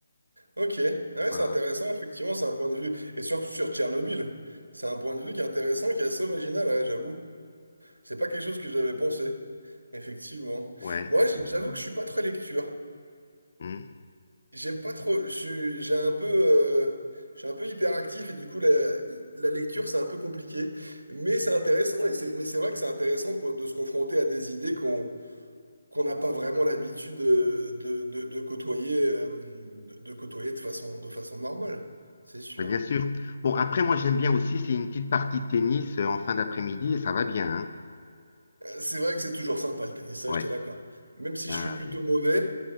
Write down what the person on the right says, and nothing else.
Ok, ouais,
c'est intéressant, effectivement, c'est un point de vue. Et surtout sur Tchernobyl, c'est un point de vue qui est intéressant, qui est assez original, ouais, j'avoue. C'est pas quelque chose que j'avais pensé, effectivement.
Moi, j-
j'avoue que je suis pas très lecture.
J'aime pas trop, je suis- j'ai un peu, euh, je suis un peu hyperactif et du coup, la, la lecture, c'est un peu compliqué. Mais c'est intéressant, et c'est, mais c'est vrai que c'est intéressant de, de se confronter à des idées qu'on qu'on n'a pas vraiment l'habitude de, de, de- de côtoyer, euh, de, de côtoyer de façon, de façon normale, c'est sûr.
C'est vrai que c'est toujours sympa le tennis, ça,
je te l'accorde. Même si
je suis plutôt mauvais,